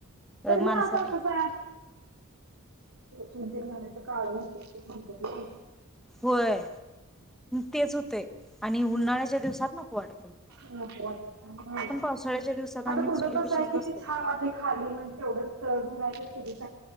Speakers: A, on the right; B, in the centre.
A: तरी
B: अ
A: पण
B: माणसांनी
A: आता कसं तुमच्याच नवऱ्याच्या काळ हुतंय तेनी म्हनत्यात.
B: होय तेच होतय आणि उन्हाळ्याच्या
A: हम्म
B: दिवसात नको वाट
A: नको वाटतय म्हणून तर आली.
B: पावसाळ्याच्या दिवसात आम्ही
A: आता थोडं
B: चुलीपशीच
A: कस हाय किती
B: बसतोय.
A: छान वाटतंय खाली म्हणजे तेवढंच चव गम काय ते चुलीच